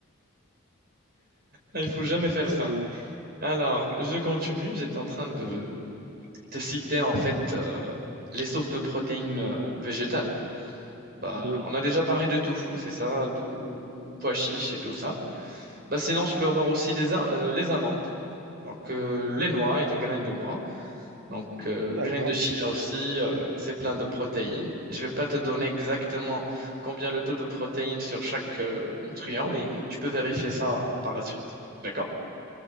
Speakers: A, on the right; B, on the right.
A: Il faut jamais faire
B: Eh
A: ça.
B: oui,
A: Alors, je continue. J'étais en train de te citer en fait euh, les sources de protéines euh, végétales. Bah,
B: oui.
A: on a déjà parlé de tofu, c'est ça, de pois chiche et tout ça. Bah sinon, je peux avoir aussi des, am- euh, les amandes, donc euh, les noix et les graines de noix. Donc, euh,
B: D'accord.
A: graines de chia aussi, euh, c'est plein de protéines. Je vais pas te donner exactement combien le taux de protéines sur chaque euh, nutriment, mais tu peux vérifier ça par la suite. D'accord?